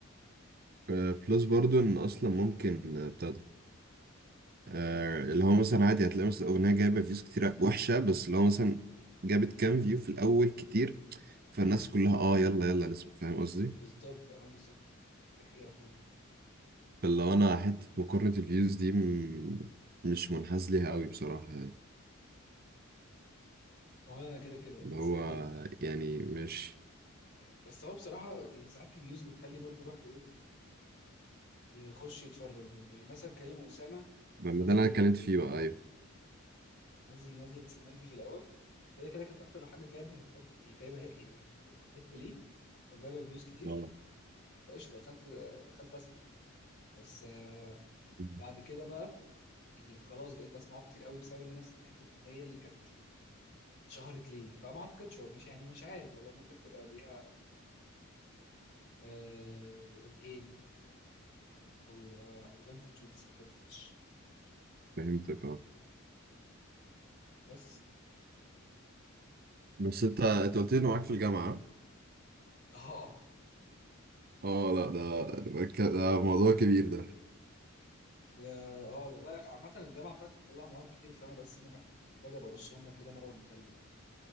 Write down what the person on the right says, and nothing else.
آه، بلس برضو ان اصلا ممكن آه، بتاع ده آه، اللي هو مثلا عادي هتلاقي مثلا اغنية جايبة فيوز كتير وحشة بس اللي هو مثلا جابت كام فيو في الاول كتير فالناس
كلها اه يلا يلا نسمع فاهم قصدي
فاللي هو انا حتة مقارنة الفيوز دي م- مش منحاز ليها قوي بصراحة يعني
اللي
هو
يعني مش
ما
ما ده اللي
انا اتكلمت فيه بقى ايوه
مم.
مم.
فهمتك اه
بس انت انت قلت لي انه معاك في الجامعة
اه لا ده ده ك- ده موضوع كبير ده